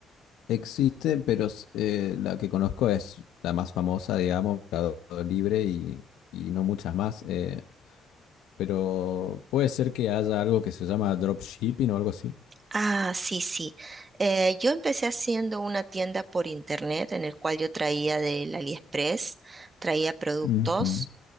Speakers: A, on the left; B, on the right.
A: existe, pero s- eh, la que conozco es la más famosa, digamos, Mercado Libre y, y no muchas más. eh, pero puede ser que haya algo que se llama dropshipping o algo así.
B: Ah, sí, sí. Eh, yo empecé haciendo una tienda por internet en el cual yo traía del AliExpress, traía productos
A: Ujú,